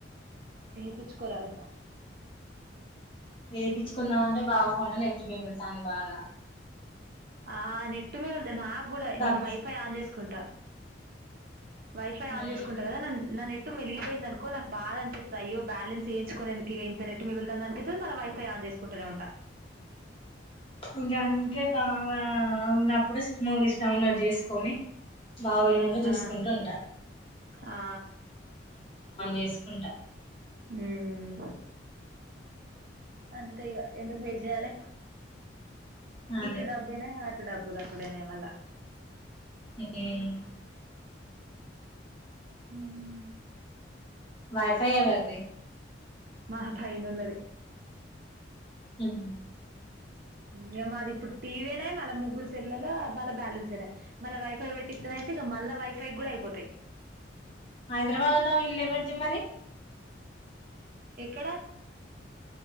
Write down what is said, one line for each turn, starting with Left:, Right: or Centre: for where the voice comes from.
Right: ఏపిచ్చుకోరాదు
Left: వేపిచ్చుకుందామంటే బావ ఫోన్లో నెట్టు మిగులుతాంది బాగా
Right: ఆ నెట్టు మేగుల్ నాకు కూడా
Left: డబ్బు
Right: నేను వైఫై ఆన్ చేసుకుంటా వైఫై
Left: ఉమ్
Right: ఆన్ చేసుకుంటా గదా నా నెట్టు మెలిగిపోయిందనుకో నాకు బాద అనిపిత్త అయ్యో బ్యాలన్స్ వేయించుకునేందుక్ కిగ ఇంత నెట్ మిగులుతాంది అనిపిత్తది మలి వైఫై ఆన్ చేసుకుంటనే ఉంట
Left: ఇంకా అంతే బావ ఉన్నప్పుడు మూవీస్ డౌన్లోడ్ చేసుకొని బావా పోయినాక చూసుకుంట
Right: ఆ
Left: ఉంట
Right: ఆ
Left: చేసుకుంటా
Right: ఉమ్మ్ అంతే ఇగ ఎందుకు వేస్ట్ చెయ్యాలె
Left: అదే
Right: ఇటు డబైనా డబ్బుగట్టుడేనాయే మల్ల
Left: ఉమ్
Right: హుహు
Left: వైఫై ఎవరిది
Right: మా పైన్నోళ్లది
Left: ఉ హు
Right: ఇగ మాది ఇప్పుడు టీవీ నే మల్ల ముగ్గురుసెల్లల్ల మళ్ళ బ్యాలెన్స్ అయినయ్ మళ్ళ వైఫై వెట్టిత్తెనై ఇగ మళ్ళా వైఫై గూడా అయిపోతాయి
Left: హైదరాబాద్ లో ఇళ్ళేవర్ది మరి
Right: ఎక్కడ